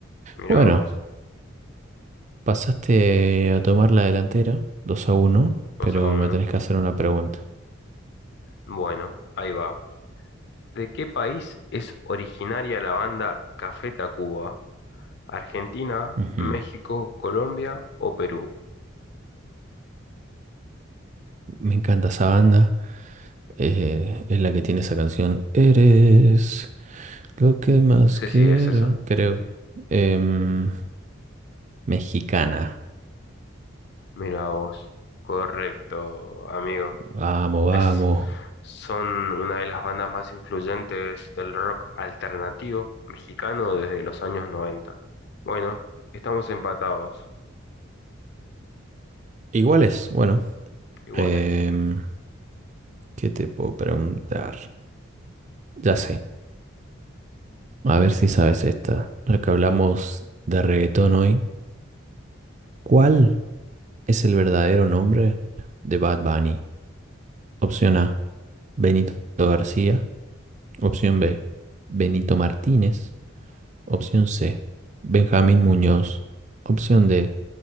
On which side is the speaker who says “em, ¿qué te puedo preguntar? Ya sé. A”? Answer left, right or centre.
Right